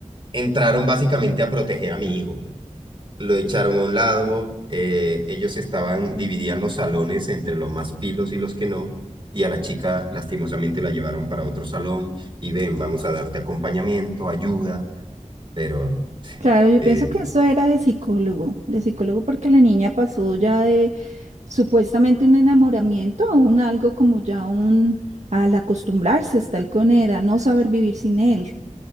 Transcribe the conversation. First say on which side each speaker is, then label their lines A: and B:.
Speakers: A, on the right (about 40°); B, on the right (about 60°).
A: entraron básicamente a proteger a mi hijo. Lo echaron a un lado, eh, ellos estaban, dividían los salones entre los más pilos y los que no, y a la chica lastimosamente la llevaron para otro salón y ven, vamos a darte acompañamiento, ayuda, pero
B: Claro, yo
A: eh,
B: pienso que eso era de psicólogo, de psicólogo porque la niña pasó ya de supuestamente un enamoramiento a un algo como ya un, al acostumbrarse a estar con él, a no saber vivir sin él.